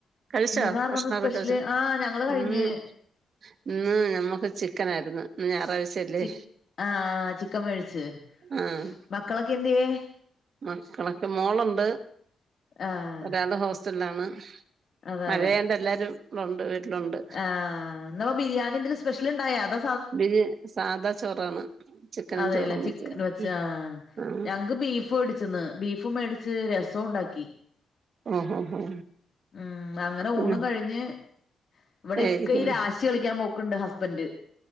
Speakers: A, on the right (about 55°); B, on the left (about 50°).
A: കഴിച്ചാ
B: എന്തുന്നാർന്നു
A: ഭക്ഷണൊക്കെ
B: ഇന്ന് സ്പെഷ്യല്
A: കഴിച്ചാ
B: ആഹ് ഞങ്ങള് കഴിഞ്ഞ്
A: ഉം ഇന്ന് ഞമ്മക്ക് ചിക്കനായിര്ന്ന് ഇന്ന് ഞാറായ്ച്ച്യല്ലേ
B: ചി ആഹ് ചിക്കൻ മേടിച്ച്
A: ആഹ്
B: മക്കളൊക്കെ എന്തിയെ
A: മക്കളൊക്കെ മോളുണ്ട്
B: ആഹ്
A: ഒരാള് ഹോസ്റ്റലിലാണ്
B: അതെ
A: മഴെയായൊണ്ട്
B: അതെ
A: എല്ലാരും ഇവടെ ഉണ്ട് വീട്ടിലുണ്ട്
B: ആഹ് എന്ന പ്പ ബിരിയാണി എന്തെലും സ്പെഷ്യൽ ഉണ്ടായോ അതൊ
A: ബിരി സാദാ ചോറാണ് ചിക്കനും
B: അതെല്ലേ
A: ചോറും
B: ചിക്കൻ
A: വെച്ചത്
B: വെച്ച ആഹ്
A: ആഹ്
B: ഞങ്ങക്ക് ബീഫ്ടി ന്ന് ബീഫും മേടിച്ച് രസവും ഉണ്ടാക്കി
A: ഓഹോ ഹോ
B: ആഹ് അങ്ങനെ
A: പിന്നെ
B: ഊണും കഴിഞ്ഞ് ഇവടെ ഇക്ക
A: ഇരിക്കുന്നു
B: ഈ രാഷ് ശി കളിക്കാൻ പോക്കുണ്ട് ഹസ്ബൻഡ്.